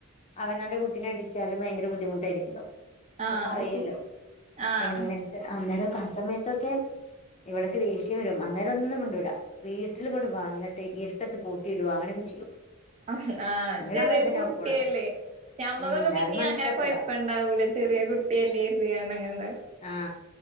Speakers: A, on the left; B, on the right.
A: അവനൊന്റെ കുട്ടീനടിച്ചാല് ഭയങ്കര ബുദ്ധിമുട്ടായിരിക്കുല്ലോ അപ്പൊപ്പറയോല്ലോ
B: ആഹ് അത് ശരി ആഹ്
A: എന്നിട്ട് അന്നേരം ആ സമയത്തൊക്കെ ഇവളക്ക് ദേഷ്യം വരും അന്നേരം ഒന്നും കൊണ്ട വീട്ടിലും കൊണ്ട് വന്നിട്ട് ഇരുട്ടത്ത് പൂട്ടിയിടുുക അങ്ങനെയൊക്കെ ചെയ്യും
B: ആഹ
A: നല്ലോണം
B: ചെറിയ
A: വേദനാക്കുവോള്
B: കു- കുട്ടിയല്ലേ ഞമ്മക്കൊക്കെ
A: ഉം
B: പിന്നീ
A: അത് മനസ്സിലാക്കൂല
B: അങ്ങനെ കൊഴപ്പ ഇണ്ടാവൂല ചെറിയ കുട്ടിയല്ലേ എരുതിയാണ് അങ്ങനെണ്ടാവ
A: ആ